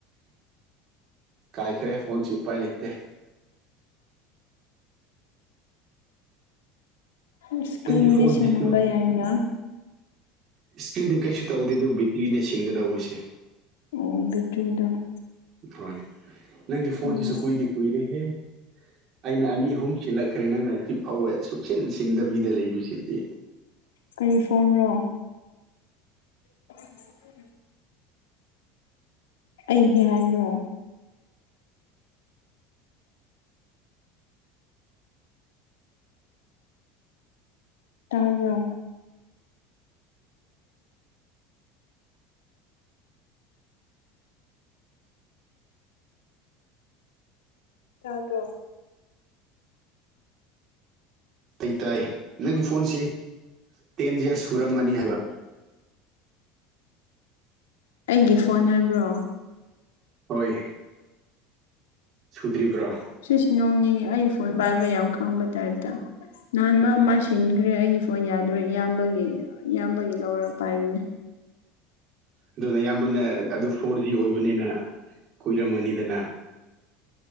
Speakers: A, on the right; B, on the left.
A: ꯀꯥꯏꯈ꯭ꯔꯦ ꯐꯣꯟꯁꯤ ꯎꯄꯥꯏ ꯂꯩꯇꯦ
B: ꯏꯁꯀ꯭ꯔꯤꯟꯗꯤ
A: ꯅꯪꯒꯤ ꯐꯣꯟꯁꯤꯁꯨ
B: ꯁꯤꯟꯍꯟꯕ ꯌꯥꯏꯅ
A: ꯏꯁꯀ꯭ꯔꯤꯟꯗꯤ ꯀꯩꯁꯨ ꯇꯧꯗꯦ ꯑꯗꯨ ꯕꯦꯇ꯭ꯔꯤꯅꯦ ꯁꯤꯟꯒꯗꯧꯕꯁꯦ
B: ꯑꯣ ꯕꯤꯇ꯭ꯔꯤꯗꫭ
A: ꯍꯣꯏ ꯅꯪꯒꯤ ꯐꯣꯟ
B: ꯎꯝ
A: ꯗꯨꯁꯨ ꯀꯨꯏꯗꯤ ꯀꯨꯏꯔꯦ ꯍꯦ ꯑꯩꯅ ꯑꯅꯤ ꯑꯍꯨꯝ ꯁꯤꯜꯂꯛꯈ꯭ꯔꯦ ꯅꯪꯅ ꯍꯧꯖꯤꯛ ꯐꯥꯎꯕ ꯁꯨꯛꯆꯟ ꯁꯤꯟꯗꯕꯤꯗ ꯂꯩꯕꯁꯤꯗꯤ
B: ꯀꯔꯤ ꯐꯣꯟꯔꯣ <inaudible> ꯑꯩꯒꯤ ꯍꯥꯏꯕ꯭ꯔꯣ ꯇꯥꯕ꯭ꯔꯣ ꯇꯗ꯭ꯔꯣ
A: ꯑꯩ ꯇꯥꯏ ꯅꯪꯒꯤ ꯐꯣꯟꯁꯤ ꯇꯦꯟ ꯏꯌꯥꯔꯁ ꯁꯨꯔꯝꯃꯅꯤ ꯍꯥꯏꯕ
B: ꯑꯩꯒꯤ ꯐꯣꯟ ꯍꯥꯏꯕ꯭ꯔꯣ
A: ꯍꯣꯏ ꯁꯨꯗ꯭ꯔꯤꯕ꯭ꯔꯣ
B: ꯏꯁ ꯅꯣꯡꯅꯤꯡꯉꯦ ꯑꯩ ꯐꯣꯟ ꯄꯥꯏꯕ ꯌꯥꯝ ꯈꯪꯕꯩ ꯇꯥꯏꯞꯇ ꯅꯍꯥꯟ ꯃꯥ ꯃꯥ ꯁꯤꯟꯒ꯭ꯔꯦ ꯑꯩꯒꯤ ꯐꯣꯟ ꯌꯥꯗ꯭ꯔꯦ ꯏꯌꯥꯝꯕꯒꯤ ꯏꯌꯥꯝꯕꯒꯤ ꯂꯧꯔꯒ ꯄꯥꯏꯕꯅꯦ
A: ꯑꯗꯨꯅꯌꯥꯝꯕꯅ ꯑꯗꯨ ꯐꯣꯔ ꯖꯤ ꯑꯣꯏꯕꯅꯤꯅ ꯀꯨꯏꯔꯝꯃꯅꯤꯗꯅ